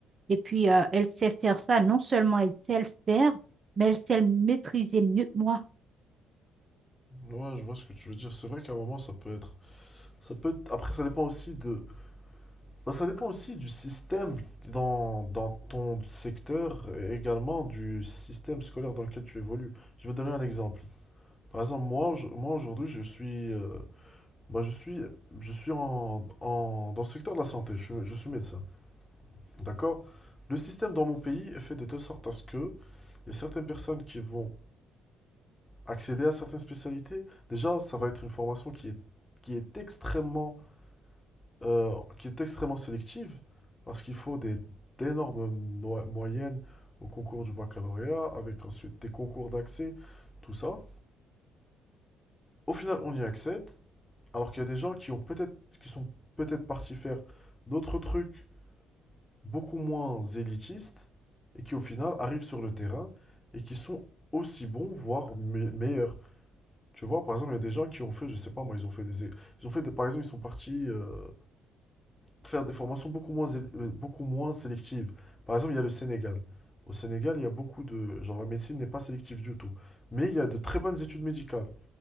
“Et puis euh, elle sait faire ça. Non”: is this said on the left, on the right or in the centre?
Right